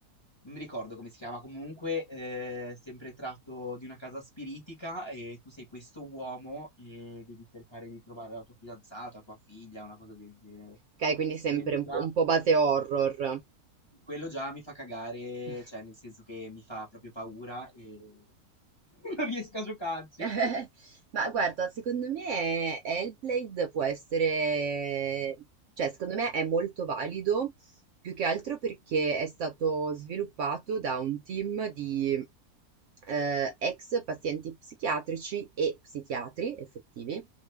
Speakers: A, on the left; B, on the right.
A: Non mi ricordo come si chiama, comunque eh, sempre tratto di una casa spiritica e tu sei questo uomo e devi cercare di trovare la tua fidanzata, tua figlia, una cosa del genere.
B: Ok, quindi sempre
A: Quello
B: un
A: già,
B: po', un po' base horror.
A: quello già mi fa cagare,
B: <laughs>
A: cioè nel senso che mi fa proprio paura e <laughs> non riesco a giocarci.
B: <laughs> Ma guarda, secondo me Hellblade può essere, cioè secondo me è molto valido, più che altro perché è stato sviluppato da un team di eh, ex pazienti psichiatrici e psichiatri effettivi